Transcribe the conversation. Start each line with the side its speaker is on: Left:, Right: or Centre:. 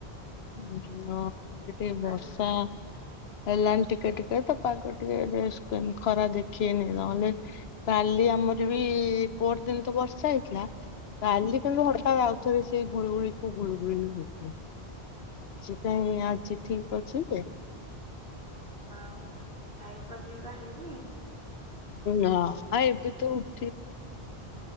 Left: ଉଁ ହୁଁ ହଁ ଏପଟେ ବର୍ଷା
Right: ଆଜି
Left: ହେଲଣି ଟିକେ ଟିକେ ତ ପାଖ ଟିକେ <unintelligible> ଖରା ଦେଖିକନି ନହେଲେ କାଲି ଆମରି ବି ପର ଦିନ ତ ବର୍ଷା ହେଇଥିଲା। କାଲି କିନ୍ତୁ ହଟା ଆଉଥରେ ସେଇ ଗୁଳିୁ ଗୁଳିକୁ ଗୁଳିୁ ଗୁଳି ହଉଥୁଲା। ଆଜି କାଇଁ ଆଜି ଠିକ ଅଛି ଯେ
Right: ଆଉ ନିଇବା ପିଇବା ହେଇନି?
Left: ହଁ ଏବେ ତ <inaudible>